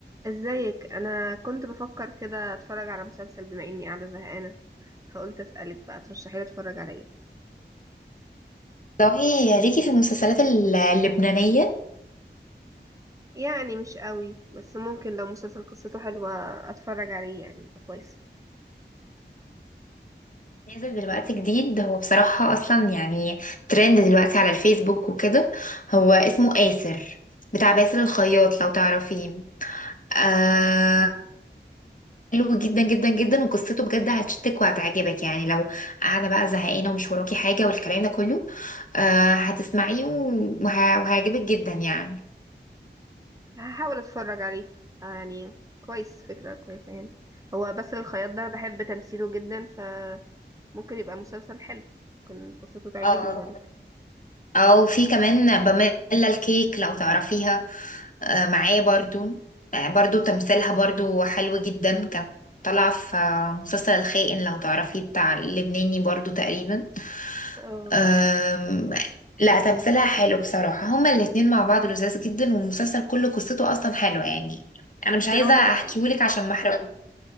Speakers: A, on the right; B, on the left.
A: ازيك انا كنت بفكر كده اتفرج على مسلسل بما اني قاعده زهقانه فقلت اسالك بقى ترشحي لي اتفرج على ايه
B: والله ليكي في المسلسلات اللبنانية
A: يعني مش قوي بس ممكن لو مسلسل قصته حلوه اتفرج عليه يعني يبقى كويس
B: نازل دلوقتي جديد هو بصراحة أصلا يعني ترند دلوقتي على الفيسبوك وكده هو اسمه آسر بتاع باسل الخياط لو تعرفيه آه حلو جدا جدا جدا وقصته بجد هتشتك وهتعجبك يعني لو قاعدة بقى زهقانة ومش وراكي حاجة والكلام ده كله آه هتسمعيه وه- وهيعجبك جدا يعني
A: هحاول اتفرج عليه آه يعني كويس فكره كويسه يعني هو بس الخياط ده انا بحب تمثيله جدا فممكن يبقى مسلسل حلو ممكن قصته تعجبني
B: اه
A: ولا
B: او في كمان باميلا الكيك لو تعرفيها آه، معاه برضو آه، برضو تمثيلها برضو حلو جدا كانت طالعة في آه، مسلسل الخائن لو تعرفيه بتاع اللبناني برضو تقريبا
A: اه
B: آم، لا تمثيلها حلو بصراحة هما الاتنين مع بعض لذاذ جدا والمسلسل كله قصته اصلا حلوة يعني انا مش
A: دراما
B: عايزة احكيهولك
A: بقى
B: عشان ما احرقوش